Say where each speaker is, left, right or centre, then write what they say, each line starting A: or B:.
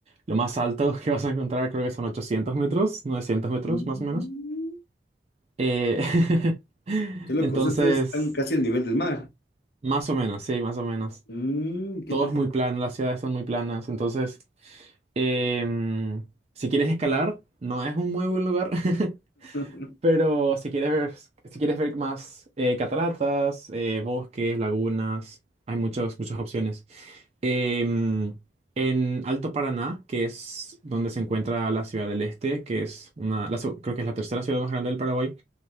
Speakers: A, on the right; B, on the left.
A: lo más alto <laughs> que vas a encontrar creo que son 800 metros, novecientos metros
B: Mm,
A: más o menos. Eh, <laughs>
B: qué loco,
A: entonces,
B: o sea, ustedes están casi al nivel del mar.
A: más o menos, sí, más o menos.
B: Mm, qué
A: Todo
B: interesante.
A: es muy plano, las ciudades son muy planas. Entonces, em, si quieres escalar, no es un muy buen lugar, <laughs>
B: <laughs>
A: pero si quieres ver, si quieres ver más eh, cataratas, eh, bosques, lagunas, hay muchas, muchas opciones. Em, en Alto Paraná, que es donde se encuentra la ciudad del Este, que es una, la seg- creo que es la tercera ciudad más grande del Paraguay.